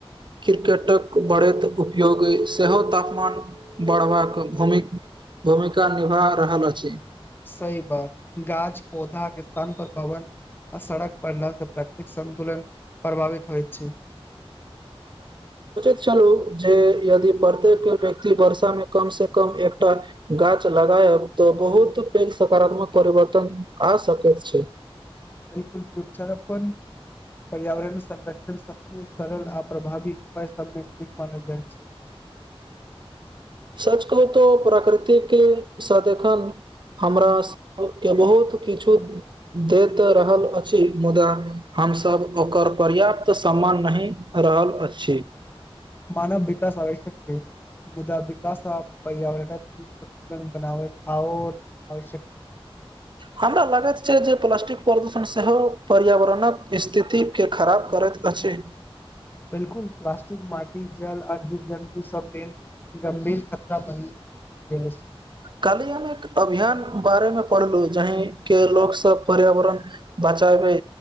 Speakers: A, on the right; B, on the left.
A: क्रिकेटक बढ़ैत उपयोग अइ सेहो तापमान बढ़वाक भूमिक भूमिका निभा रहल अछि।
B: सही बात, गाछ-पौधाक स्थान पर भवन आ सड़क बढ़ला स प्राकृतिक-सन्तुलन प्रभावित होइत छै।
A: चलू जे यदि पर्त्येक व्यक्ति वर्षा मे कम-से-कम एकटा गाछ लगायब तऽ बहुत पैघ सकारात्मक परिवर्तन आ सकैत छै।
B: - वृक्षारपन पर्यावरण संरक्षण सबसे सरल आ प्रभावी उपाय सबमें स इक पार्ल- जाइ छै।
A: सच कहू तऽ प्रकृतिके साथ एखन हमरा सबके बहुत किछु दैत रहल अछि मुदा हम सब ओकर पर्याप्त सम्मान नहि रहल अछि।
B: मानव विकास आवश्यक छै, मुदा विकास आब पर्यावरणक हिस् न बनाव आव आवश्यक छै।
A: हमरा लागैत छै जे प्लास्टिक प्रदूषण सेहो पर्यावरणक स्थिति के खराब करैत अछि।
B: बिलकुल, प्लास्टिक माटी, जल आ जीव-जन्तु सब लेल गम्भीर खतरा बनी गेल अछि
A: कालि हम एक अभियान बारेमे पढ़लू जहिं के लोक सब पर्यावरण बचाबै